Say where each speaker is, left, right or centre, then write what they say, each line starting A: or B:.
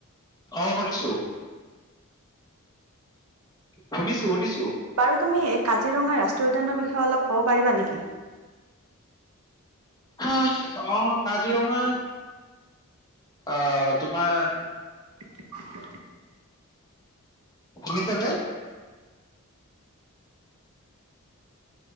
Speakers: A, on the left; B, on the right.
A: অ শুনিছো শুনিছো -শুনিছো
B: বাৰু তুমি এই কাজিৰঙা ৰাষ্ট্ৰীয় উদ্যানৰ বিষয়ে অলপ ক'ব পাৰিবা নেকি?
A: অহ, অ, কাজিৰঙা অ, - তোমাৰ
B: <inaudible>
A: শুনিছানে?